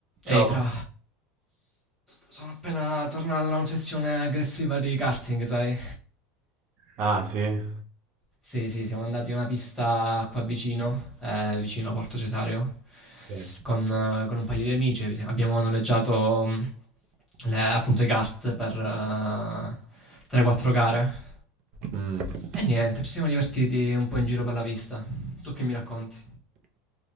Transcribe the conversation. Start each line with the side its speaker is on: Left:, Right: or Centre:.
Right: Ciao.
Centre: Ehi, fra. Sono appena tornato da una sessione aggressiva di karting, sai?
Right: Ah, sì.
Centre: Sì, sì, siamo andati in una pista qua vicino, eh, vicino a Porto Cesario,
Right: Bene.
Centre: con, eh, con un paio di amici. Abbi- Abbiamo noleggiato mh, le- appunto i kart per eh, 3-4 gare.
Right: Mm.
Centre: E niente, ci siamo divertiti un po' in giro per la pista. Tu che mi racconti?